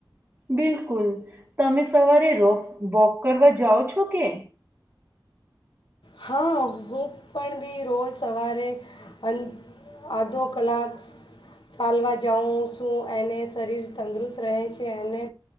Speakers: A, on the right; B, on the left.
A: બિલકુલ. તમે સવારે રોક વોક કરવા જાઓ છો કે?
B: હા, હું પણ બી રોજ સવારે અન આધો કલાક સાલવા જાઉં સું, એને શરીર તંદુરસ્ત રહે છે, અને